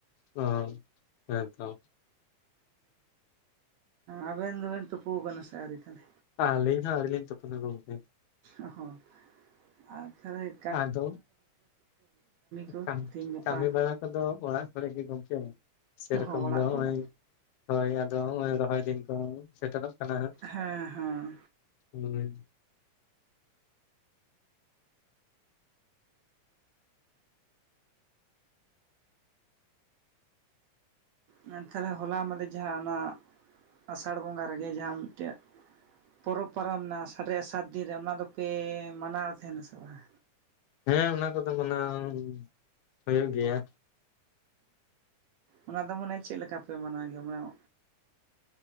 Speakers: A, on the left (about 75°); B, on the right (about 75°).
A: ᱚ ᱦᱮᱸᱛᱚ
B: ᱟᱵᱮᱱ ᱫᱚ ᱵᱤᱱ ᱛᱩᱯᱩ ᱠᱟᱱᱟ ᱥᱮ ᱟᱣᱨᱤ ᱛᱟᱦᱞᱮ
A: ᱟᱞᱤᱧ ᱦᱚᱸ ᱟᱹᱣᱨᱤᱞᱤᱧ ᱛᱩᱯᱩᱱᱟ ᱜᱚᱝᱠᱮ᱾
B: ᱚᱦᱚ ᱟᱨ ᱛᱟᱦᱞᱮ
A: ᱟᱫᱚ
B: ᱠᱚ
A: ᱠᱟᱢᱤ
B: ᱛᱮᱦᱤᱧ ᱜᱟᱯᱟ
A: ᱠᱟᱢᱤ ᱵᱟᱲᱟ ᱠᱚ ᱫᱚ ᱚᱲᱟᱜ ᱠᱚᱨᱮ ᱜᱮ ᱜᱚᱝᱠᱮ? ᱥᱮ ᱨᱚᱠᱚᱢ
B: ᱚ ᱚᱲᱟᱜ
A: ᱫᱚ ᱦᱚᱸᱜ-ᱚᱭ
B: ᱠᱚᱨᱮ
A: ᱦᱚᱭ ᱟᱫᱚ ᱦᱚᱸᱜᱼᱚᱭ ᱨᱚᱦᱚᱭ ᱫᱤᱱ ᱠᱚ ᱥᱮᱴᱮᱨᱚᱜ ᱠᱟᱱᱟ ᱦᱟᱸᱜ
B: ᱦᱮᱸ ᱦᱮᱸ
A: ᱦᱩᱸ
B: ᱦᱮ ᱸᱛᱟᱦᱚᱞᱮ ᱦᱚᱞᱟ ᱢᱟᱫᱮ ᱡᱟᱦᱟᱸ ᱚᱱᱟ ᱟᱥᱟᱲ ᱵᱚᱸᱜᱟ ᱨᱮᱜᱮ ᱡᱟᱦᱟᱸ ᱢᱤᱫᱴᱟᱜ ᱯᱚᱨᱚᱵᱽ ᱯᱟᱨᱟᱢ ᱱᱟ ᱥᱟᱲᱮ ᱥᱟᱛ ᱫᱤᱱ ᱨᱮ ᱚᱱᱟ ᱫᱚᱯᱮ ᱢᱟᱱᱟᱣ ᱛᱟᱸᱦᱮᱱᱟ ᱥᱮ ᱵᱟᱝ?
A: ᱦᱮᱸ ᱚᱱᱟ ᱠᱚᱫᱚ ᱢᱟᱱᱟᱣ ᱦᱩᱭᱩᱜ ᱜᱮᱭᱟ᱾
B: ᱚᱱᱟ ᱫᱚ ᱢᱟᱱᱮ ᱪᱮᱜ ᱞᱮᱠᱟ ᱯᱮ ᱢᱟᱱᱟᱣ ᱜᱮᱭᱟ ᱢᱟᱱᱮ